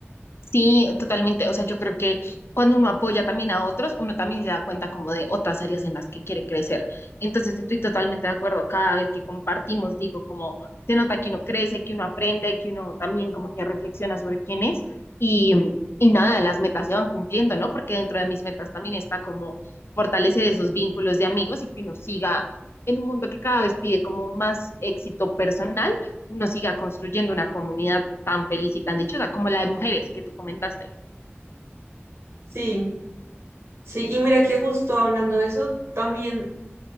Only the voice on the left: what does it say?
Sí, totalmente. O sea, yo creo que cuando uno apoya también a otros, uno también se da cuenta como de otras áreas en las que quiere crecer. Entonces, estoy totalmente de acuerdo. Cada vez que compartimos, digo, como se nota que uno crece, que uno aprende, que uno también como que reflexiona sobre quién es y, y nada, las metas se van cumpliendo, ¿no? Porque dentro de mis metas también está como fortalecer esos vínculos de amigos y que uno siga en un mundo que cada vez pide como más éxito personal uno siga construyendo una comunidad tan feliz y tan dichosa como la de mujeres que tú comentaste.